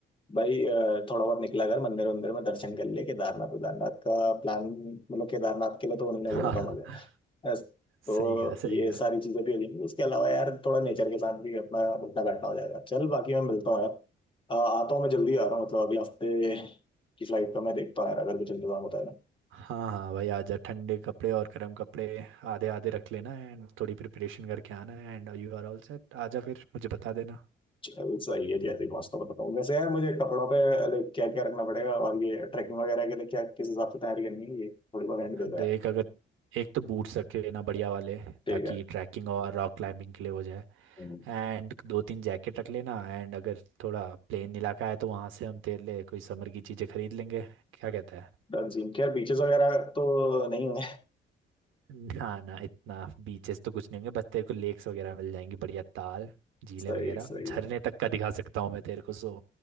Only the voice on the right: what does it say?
<laughs>
हाँ हाँ,
सही कहा सही
कहा
हाँ हाँ भाई आजा ठंडे कपड़े और गर्म कपड़े आधे आधे रख लेना एंड थोड़ी प्रिपरेशन करके आना and you are all set आजा फिर मुझे बता देना
देख
अगर एक तो बूट्स रख के लेना बढ़िया वाले
ताकि
ट्रैकिंग और रॉक क्लाइंबिंग के लिए हो जाए
एंड दो तीन जैकेट रख लेना एंड अगर थोड़ा प्लेन इलाका है तो वहाँ से हम तेरे लिए कोई समर की चीज़ें खरीद लेंगे क्या कहता है
ना ना इतना बीचेस तो कुछ नहीं होंगे बस तेरे को लेक्स वगैरह मिल जाएंगी बढ़िया ताल झीलें
वगैरह
झरने
तक का दिखा सकता हूँ मैं तेरे को सो